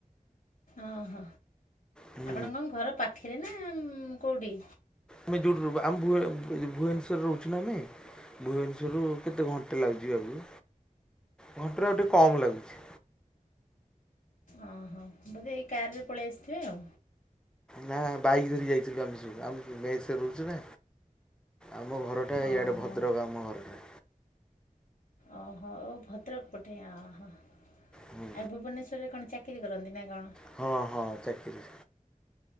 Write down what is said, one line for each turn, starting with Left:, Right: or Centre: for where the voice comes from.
Left: ଅଁହ
Centre: ହୁଁ
Left: ଆପଣଙ୍କ ଘର ପାଖେରେ ନା କୋଉଠି?
Centre: ଆମେ ଯୋଉଠୁ ରଇବୁ ଆମେ ଭୁ-ଭୁବନେଶ୍ୱର ରେ ରହୁଛୁ ନା ଆମେ ଭୁବନେଶ୍ୱରରୁ କେତେ ଘଣ୍ଟେ ଲାଗୁଛି ଯିଆକୁ ଘଣ୍ଟାରୁ ଆଉ ଟିକେ କମ୍ ଲାଗୁଛି।
Left: ଅହ ବୋଧେ ଏଇ କାରରେ ପଳେଇ ଆସିଥିବେ ଆଉ।
Centre: ନା ବାଇକ ଧରି ଯାଇଥିଲୁ ଆମେ ସବୁ ଆମେ ମେସ୍ ରେ ରହୁଛୁ ନା। ଆମ ଘରଟା
Left: ଓହୋ
Centre: ଇଆଡେ ଭଦ୍ରକ ଆମ ଘରଟା
Left: ଓହୋ ଓ ଭଦ୍ରକ ପଟେ ଅହ ଆ
Centre: ହୁଁ
Left: ଭୁବନେଶ୍ୱରରେ କଣ ଚା କିରି କରନ୍ତି ନା କଣ?
Centre: ହଁ ହଁ ଚାକିରି।